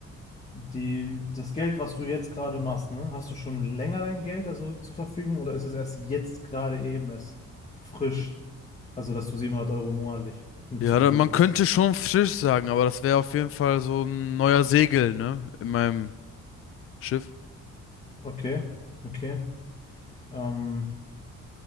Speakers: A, on the left; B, on the left.
A: die, das Geld, was du jetzt gerade machst, ne, hast du schon länger dein Geld also zur Verfügung oder ist es erst jetzt gerade eben erst frisch? Also, dass du 700 Euro monatlich
B: Ja,
A: zur Verfügung
B: da, man könnte
A: hast.
B: schon Fisch sagen, aber das wäre auf jeden Fall so ein neuer Segel, ne? In meinem Schiff.
A: Okay, okay. Ähm,